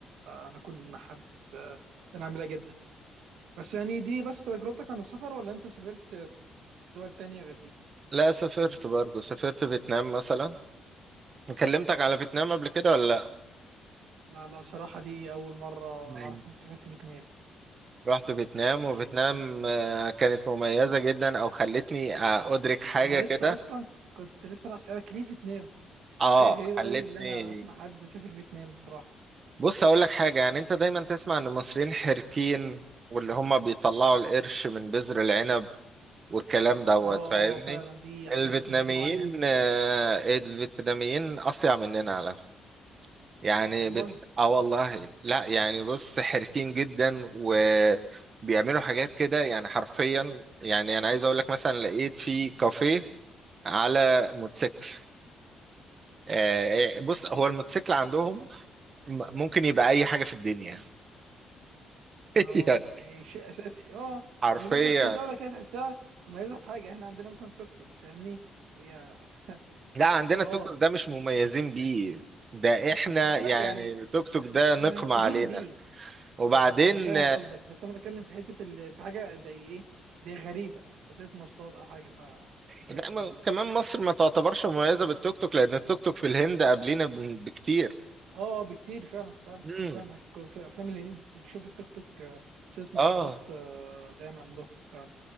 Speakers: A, on the right; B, on the right.
A: انا كنت حابب آه، ان انا اعملها جدا بس يعني دي بس تجربتك عن السفر ولا انت سافرت دول تانية غير دي
B: لا سافرت برضه سافرت فيتنام مثلا كلمتك على فيتنام قبل كده ولا
A: لا لا صراحة دي أول مرة
B: لا
A: أعرف إنك سافرت فيتنام
B: رحت
A: يعني
B: فيتنام
A: دي
B: وفيتنام
A: لسه
B: آه، كانت مميزة جدا او خلتني آه، ادرك حاجة
A: أنا لسه
B: كده
A: أصلا كنت لسه راح أسألك ليه فيتنام
B: اه
A: حاجة غريبة
B: خلتني
A: أوي اللي أنا أسمع حد سافر فيتنام الصراحة
B: بص اقول لك حاجة يعني انت دايما تسمع ان المصريين حركين واللي هم بيطلعوا القرش من بذر العنب والكلام دوت
A: أه
B: فاهمني
A: أه فعلا دي حاجات
B: الفيتناميين
A: مشهورة عننا
B: آه، الفيتناميين اصيع مننا على يعني
A: والله
B: بت... اه والله لا يعني بص حركين جدا وبيعملوا حاجات كده يعني حرفيا يعني انا عايز اقول لك مثلا لقيت في كافيه على موتوسيكل آه بص هو الموتوسيكل عندهم م- ممكن يبقى اي حاجة في الدنيا <laughs>
A: أه
B: يعني
A: يعني شيء أساسي أه
B: حرفيا
A: على فكرة في دولة كده تحسها مميزة بحاجة إحنا عندنا مثلا توك توك فاهمني هي <laughs>
B: لا عندنا
A: أه
B: التوك توك ده مش مميزين بيه ده احنا
A: لا
B: يعني
A: لا، يعني
B: التوك توك ده
A: منكوبين
B: نقمة علينا
A: بيه
B: وبعدين
A: آه، انا انا فاهم قصدك بس انا بتكلم في حته اللي في حاجه زي ايه زي غريبه وسيله مواصلات او حاجه فدي كانت
B: لا ما-
A: منهم يعني.
B: كمان مصر ما تعتبرش مميزة بالتوك توك لأن التوك توك في الهند قبلينا ب- بكتير
A: اه بكتير فعلا فعلا
B: امم
A: فعلا في افلام الهنيد بتشوف التوك توك آه، وسيله مواصلات
B: اه
A: آه، دايما عندهم فعلا